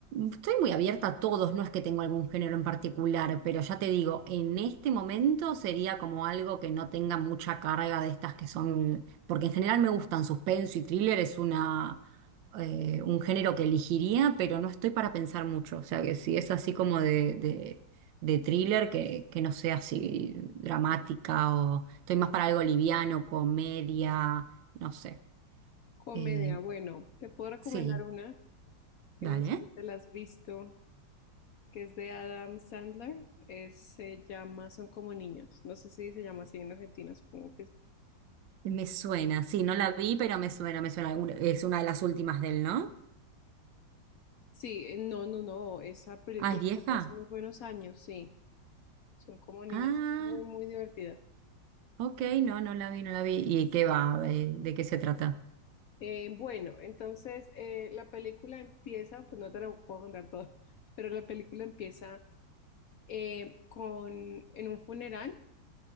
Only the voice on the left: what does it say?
Comedia,
bueno, te puedo recomendar
una que
no sé si te la has visto. que es de Adam Sandler, eh, se llama Son como niños. No sé si se llama así en Argentina, supongo que sí.
Sí, eh, no, no, no, esa película
salió hace muy buenos años, sí. Son como niños,
es muy, muy divertida.
Eh, bueno, entonces eh, la película empieza, pues no te lo puedo contar todo, <laughs> pero la película empieza eh, con, en un funeral